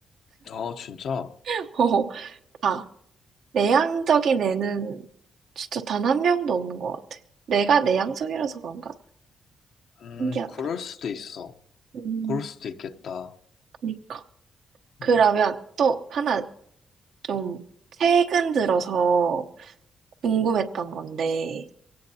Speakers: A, on the left; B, on the right.
A: 어, 진짜?
B: <laughs> 어, 다. 내향적인 애는 진짜 단 한 명도 없는 것 같아. 내가 내향적이라서 그런가?
A: 음,
B: 신기하다.
A: 그럴 수도 있어.
B: 음,
A: 그럴 수도 있겠다.
B: 그니까. 그러면
A: 음,
B: 또 하나 좀 최근 들어서 궁금했던 건데,